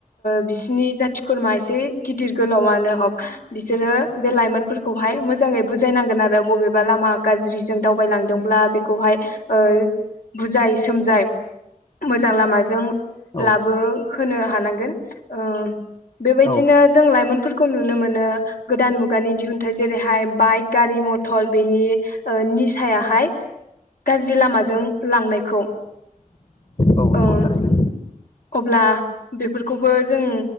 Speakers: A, on the left (about 85°); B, on the left (about 50°).
A: बिसिनि जाथि खुरमा एसे गिदिर गोलावनो हक बिसोरो बे लाइमोनफोरखौहाय मो जाङै बुजायनांगोन आरो बबेबा लामा गाज्रिजों दावबायलांदोंब्ला बेखौ हाय ओ बुजाय सोमजाय मोजां लामाजों लाबो
B: औ
A: होनो हाबनांगोन ओ बेबादिनो
B: औ औ
A: जों लाइमोनफोरखौ नुनो मोनो गोदान मुगानि दिहुनथाइ जेरैहाय बाइक गारि मथर बेनि निसायाहाय गाज्रि लामाजों लांनायखौ
B: औ नंगौ
A: ओ
B: थारैनो
A: अब्ला बेफोरखौबो जों